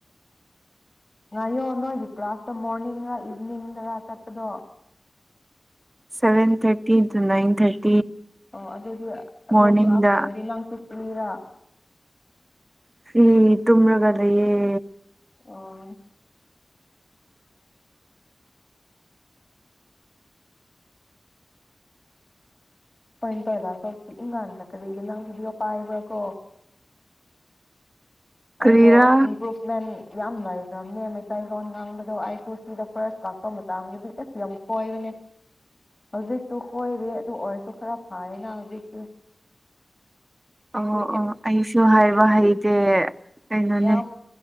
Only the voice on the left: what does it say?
ꯅ ꯌꯣꯅꯣ ꯀ꯭ꯂꯥꯁꯇ ꯃꯣꯔꯅꯤꯡ ꯔ ꯏꯚꯅꯤꯡ ꯔ ꯀꯠꯇꯗꯣ
ꯑꯣ ꯑꯗꯨꯗ ꯑꯗꯨꯣ
ꯀ꯭ꯂꯥꯁ ꯂꯪꯁꯨ ꯇꯔ
ꯑꯣ ꯄꯣꯏ ꯄꯂ ꯁꯁꯤ ꯏꯪꯒꯥꯥꯟ ꯈꯛ ꯀꯔꯤꯒꯦ ꯅꯪꯒꯤꯗꯤ ꯄꯥꯏꯕ꯭ꯔꯥ ꯀꯣ ꯑꯣ
ꯏꯝꯄ꯭ꯔꯨꯚꯃꯦꯟ ꯌꯥꯝ ꯂꯩꯥꯏꯈ꯭ꯔꯕꯅꯦ ꯃꯩꯇꯩꯂꯣꯟ ꯉꯥꯡꯕꯗꯣ ꯑꯩꯁꯨ ꯁꯤꯗ ꯐꯥꯔꯁ ꯂꯥꯛꯄ ꯃꯇꯝꯗꯗꯤ ꯑꯁ ꯌꯥꯝ ꯀꯣꯏꯕꯅꯦ ꯍꯧꯖꯤꯛꯇꯨ ꯈꯣꯏꯔꯦ ꯑꯗꯨ ꯑꯣꯏꯔꯁꯨ ꯈꯔ ꯐꯌꯦꯅ ꯍꯧꯖꯤꯛꯇꯤ
ꯑꯁꯤ
ꯌꯥꯎ